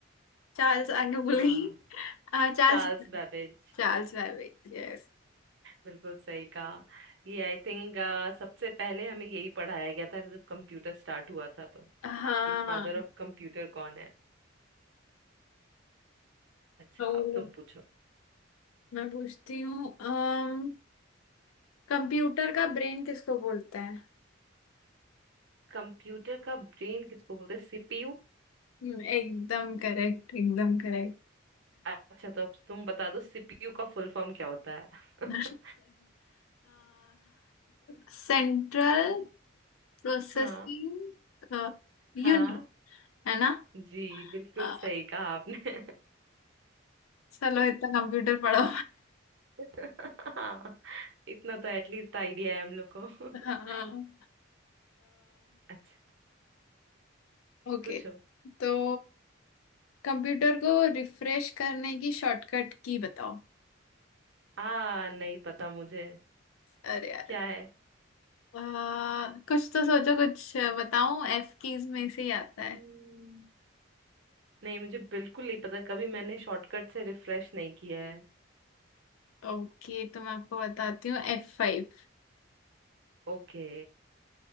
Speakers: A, on the left (about 85°); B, on the right (about 60°).
A: चार्ल्स आगे भूल
B: हाँ
A: गई चार्ल्स
B: Charles Babbage
A: Charles Babbage yes
B: बिल्कुल सही कहा ये आई थिंक सबसे पहले हमें यही पढ़ाया गया था जब कंप्यूटर स्टार्ट हुआ था तो
A: हाँ
B: कि फादर ऑफ कंप्यूटर कौन है अच्छा
A: तो
B: अब तुम पूछो
A: मैं पूछती हूँ अम कंप्यूटर का ब्रेन किसको बोलते हैं
B: कंप्यूटर का ब्रेन किसको बोलते हैं सीपीयू
A: हम्म, एकदम करेक्ट एकदम करेक्ट
B: अच्छा तो अब तुम बता दो सीपीयू का फुल फॉर्म क्या होता है <laughs>
A: <laughs> सेंट्रल प्रोसेसिंग
B: हाँ हाँ
A: यूनिट है ना
B: जी बिल्कुल
A: अ,
B: सही कहा आपने
A: चलो इतना कंप्यूटर पढ़ो
B: <laughs> हाँ इतना तो एटलीस्ट आइडिया है हम लोग को
A: <laughs> हाँ
B: <laughs> अच्छा
A: ओके
B: पूछो
A: तो कंप्यूटर को रिफ्रेश करने की शॉर्टकट की बताओ
B: आ नहीं पता मुझे
A: अरे यार
B: क्या है
A: आ, कुछ तो सोचो कुछ बताऊं एफ कीज में से ही आता
B: हम्म,
A: है
B: नहीं मुझे बिल्कुल नहीं पता कभी मैंने शॉर्टकट से रिफ्रेश नहीं किया है
A: ओके तो मैं आपको बताती हूँ एफ फाइव
B: ओके